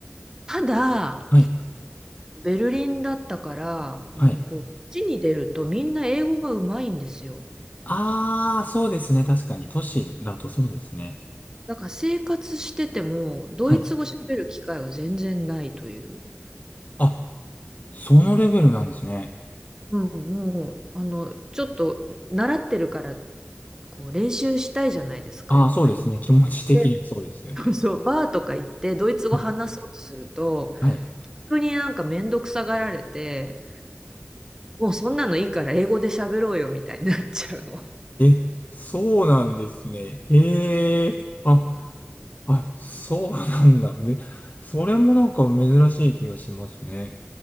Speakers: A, on the right; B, on the left.
A: ただ、
B: はい、
A: ベルリンだったから、もうこう、
B: はい。
A: 街に出るとみんな英語がうまいんですよ。
B: ああ、そうですね。確かに、都市だとそうですね。
A: だから生活してても、ドイツ語喋る機会が全然ないという。
B: はい。あ、そのレベルなんですね。
A: うん、もう、あの、ちょっと習ってるから、こう、練習したいじゃないですか、
B: ああ、
A: やっぱり。
B: そうですね。気持ち的にもそうですよね。
A: で、<laughs> そう、バーとか行って、ドイツ語話そうとすると、
B: はい、はい。
A: 逆になんかめんどくさがられて、もうそんなのいいから英語で喋ろうよ、みたいになっちゃうの。
B: え、そうなんですね。へえ。あ、あ、そうなんだ。め、それもなんか珍しい気がしますね。